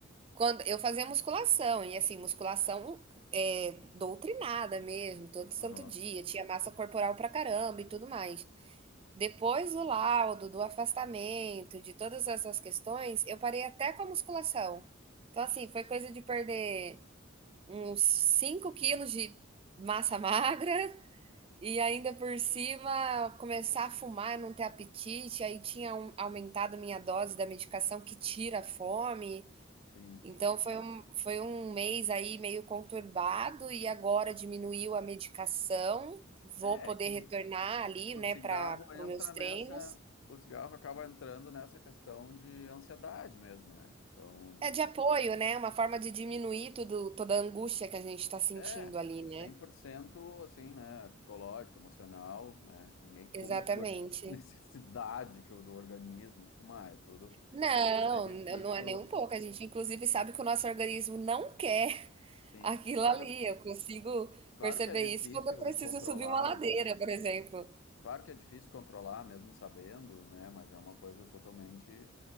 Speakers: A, on the right (about 30°); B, on the left (about 80°).
A: Quando eu fazia musculação, e assim, musculação é, doutrinada mesmo, todo santo
B: Aham.
A: dia, tinha massa corporal pra caramba e tudo mais. Depois do laudo, do afastamento, de todas essas questões, eu parei até com a musculação. Então, assim, foi coisa de perder uns 5 quilos de massa <laughs> magra e ainda por cima começar a fumar, não ter apetite, aí tinha um- aumentado minha dose da medicação que tira a fome.
B: Sim.
A: Então foi um, foi um mês aí meio conturbado e agora diminuiu a medicação. Vou
B: É,
A: poder
B: é que
A: retornar
B: o,
A: ali,
B: o
A: né,
B: cigarro
A: para para
B: entra
A: os meus treinos.
B: nessa, o cigarro acaba entrando nessa questão de ansiedade mesmo, né? Então,
A: É de apoio, né? Uma forma de diminuir tudo, toda a angústia que a gente está sentindo
B: é,
A: ali,
B: é
A: né?
B: 100% assim, né, psicológico, emocional, né? Ninguém fuma
A: Exatamente.
B: por <laughs> necessidade que o do organismo de fumar, é tudo,
A: Não,
B: é difícil
A: n- não é nem um pouco. A gente, inclusive, sabe que o nosso organismo não quer <laughs>
B: Sim,
A: aquilo
B: claro,
A: ali. Eu consigo
B: claro
A: perceber
B: que é difícil
A: isso quando eu preciso
B: controlar,
A: subir uma ladeira, por exemplo.
B: claro que é difícil controlar, mesmo sabendo, né? Mas é uma coisa totalmente